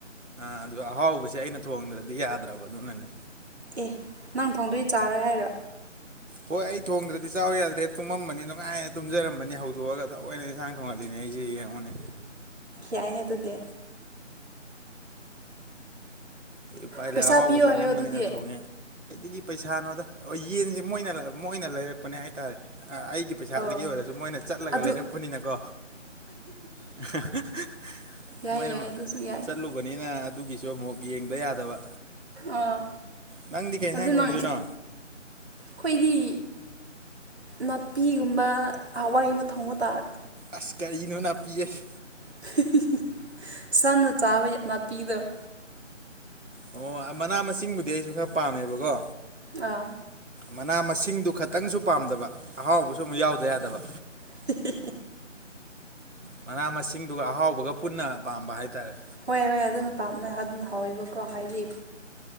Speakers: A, on the right; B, on the right.
A: ꯑꯥ ꯑꯗꯨ ꯑꯍꯥꯎꯕꯁꯦ ꯑꯩꯅ ꯊꯣꯡꯗ꯭ꯔꯗꯤ ꯌꯥꯗ꯭ꯔꯕ ꯑꯗꯨꯅꯅꯦ
B: ꯑꯦ ꯅꯪ ꯊꯣꯡꯗ꯭ꯔꯗꯤ ꯆꯥꯔꯣꯏ ꯍꯥꯏꯔꯣ
A: ꯍꯣꯏ ꯑꯩ ꯊꯣꯡꯗ꯭ꯔꯗꯤ ꯆꯥꯎ ꯌꯥꯗ꯭ꯔꯦ ꯇꯨꯝꯃꯝꯕꯅꯤ ꯅꯨꯡꯉꯥꯏꯅ ꯇꯨꯝꯖꯔꯝꯕꯅꯤ ꯍꯧ ꯗꯣꯛꯑꯒ ꯊꯑꯣꯏꯅ ꯑꯦꯟꯖꯥꯡ ꯊꯣꯡꯍꯜꯂꯤꯅꯦ ꯑꯩꯖꯦ ꯌꯦꯡꯉꯨꯅꯦ
B: ꯌꯥꯏꯍꯦ ꯑꯗꯨꯗꯤ
A: ꯀꯩ ꯎꯄꯥꯏ
B: ꯄꯩꯁꯥ
A: ꯂꯩ ꯑꯍꯥꯎꯕ
B: ꯄꯤꯌꯣ
A: ꯆꯥꯅꯤꯡꯕꯅꯤꯅ
B: ꯍꯥꯏꯌꯣ ꯑꯗꯨꯗꯤ
A: ꯊꯣꯡꯉꯦ ꯀꯥꯏꯗꯒꯤ ꯄꯩꯁꯥꯅꯣꯗ ꯑꯣ ꯌꯦꯟꯁꯦ ꯃꯣꯏꯅ ꯃꯣꯏꯅ ꯂꯩꯔꯛꯄꯅꯦ ꯍꯥꯏꯇꯥꯔꯦ ꯑꯩꯒꯤ ꯄꯩꯁꯥꯗꯒꯤ
B: ꯑꯣ
A: ꯑꯣꯏꯔꯁꯨ ꯃꯣꯏꯅ ꯆꯠꯂꯒ
B: ꯑꯗꯨ
A: ꯂꯩꯔꯛꯄꯅꯤꯅꯀꯣ <unintelligible>
B: ꯌꯥꯏ
A: ꯃꯣꯏꯅ
B: ꯌꯥꯏ ꯑꯗꯨꯁꯨ ꯌꯥꯏ
A: ꯆꯠꯂꯨ ꯕꯅꯤꯅ ꯑꯗꯨꯒꯤꯁꯨ ꯑꯃꯨꯛ ꯌꯦꯡꯗ ꯌꯥ ꯗꯕ
B: ꯑꯥ
A: ꯅꯪꯗꯤ ꯀꯩ ꯌꯦꯟꯁꯥꯡ
B: ꯑꯗꯨ
A: ꯊꯣꯡꯗꯣꯏꯅꯣ
B: ꯅꯪ ꯑꯩꯈꯣꯏꯗꯤ ꯅꯥꯄꯤꯒꯨꯝꯕ ꯍꯋꯥꯏꯒꯨꯝꯕ ꯊꯣꯡꯕ ꯇꯥꯔꯦ
A: ꯑꯁ ꯀꯔꯤꯅꯣ ꯅꯥꯄꯤ ꯍꯥꯏꯁ
B: <unintelligible> ꯁꯟꯅ ꯆꯥꯕ ꯅꯥꯄꯤꯗꯣ
A: ꯑꯣ ꯑꯥ ꯃꯅꯥ ꯃꯁꯤꯡꯕꯨꯗꯤ ꯑꯩꯁꯨ ꯈꯔꯥ ꯄꯥꯝꯃꯦꯕꯀꯣ
B: ꯑꯥ
A: ꯃꯅꯥ ꯃꯁꯤꯡꯗꯨ ꯈꯇꯪꯁꯨ ꯄꯥꯝꯗꯕ ꯑꯍꯥꯎꯕꯁꯨ ꯑꯃꯨꯛ ꯌꯥꯎꯗ ꯌꯥꯗꯕ
B: <inaudible>
A: ꯃꯅꯥ ꯃꯁꯤꯡꯗꯨꯒ ꯑꯍꯥꯎꯕꯒ ꯄꯨꯟꯅ ꯄꯥꯝꯕ ꯍꯥꯏꯇꯥꯔꯦ
B: ꯍꯣꯏ ꯍꯣꯏ ꯑꯗꯨꯅ ꯄꯥꯝꯃꯦ ꯑꯗꯨꯅ ꯍꯥꯎꯋꯦꯕꯀꯣ ꯍꯥꯏꯗꯤ